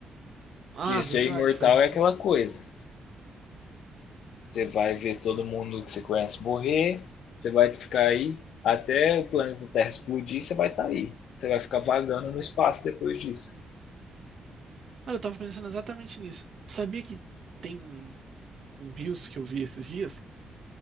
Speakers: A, on the right (about 55°); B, on the left (about 85°).
A: ah,
B: Porque
A: verdade,
B: ser imortal
A: faz mais
B: é
A: sentido.
B: aquela coisa. Você vai ver todo mundo que você conhece morrer. Você vai ficar aí até o planeta Terra explodir. Você vai estar tá aí. Você vai ficar vagando no espaço depois disso.
A: Cara, eu tava pensando exatamente nisso. Sabia que tem um, um Reels que eu vi esses dias